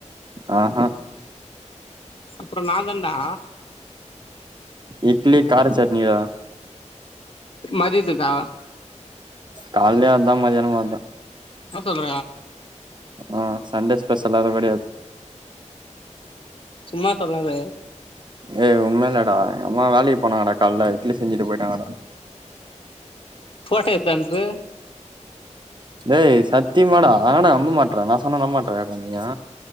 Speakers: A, on the right; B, on the left.
A: ஆ ஹ
B: அப்ற ன்னாதான்டா
A: இட்லி கார சட்னிடா
B: மதியத்துக்கா
A: கால்லயு அதா மதியானமு அதா
B: என்ன சொல்ற
A: ஆ சண்டே ஸ்பெஷல்லா கெடயாது
B: சும்மா சொல்லாத
A: ஏய் உண்மேலடா எங்க அம்மா வேலைக்கு போனாங்கடா காலல இட்லி செஞ்சுட்டு போயிட்டாங்கடா
B: ஃபோட்டோ எத்து அனுப்பு
A: டேய் சத்தியமாடா என நம்ப மாட்ற நா சொன்னா நம்ப மாட்றியாடா நீயி